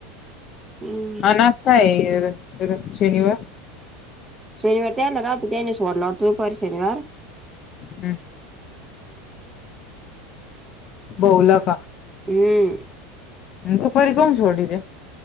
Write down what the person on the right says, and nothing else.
हम्म.
शनिवार त्यायला राहतो, त्याने सोडलातोपारी शनिवार, <unintelligible>
हम,